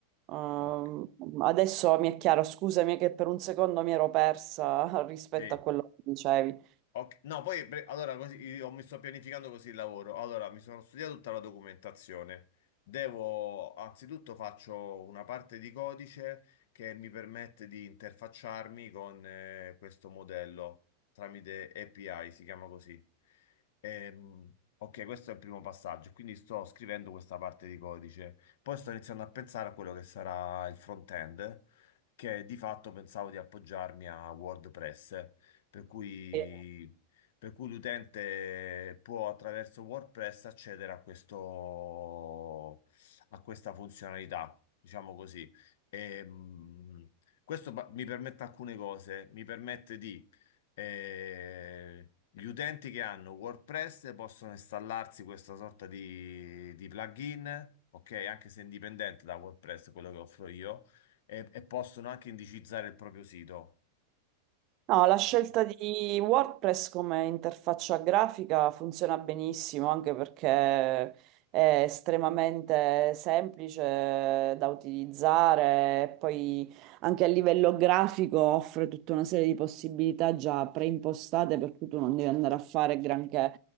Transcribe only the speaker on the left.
Ok.
Sì.
Ok, No, poi pre- allora così, io mi sto pianificando così il lavoro. Allora, mi sono studiato tutta la documentazione. Devo, anzitutto faccio una parte di codice che mi permette di interfacciarmi con eh, questo modello tramite API, si chiama così. Ehm, ok, questo è il primo passaggio, quindi sto scrivendo questa parte di codice. Poi sto iniziando a pensare a quello che sarà il front-end, che di fatto pensavo di appoggiarmi a WordPress per cui,
per cui l'utente può attraverso WordPress accedere a questo, a questa funzionalità, diciamo così. E, mh, questo ba- mi permette alcune cose, mi permette di... eh, gli utenti che hanno WordPress possono installarsi questa sorta di, di plugin, ok? Anche se indipendente da WordPress, quello che offro io, e, e possono anche indicizzare il proprio sito.
Ok.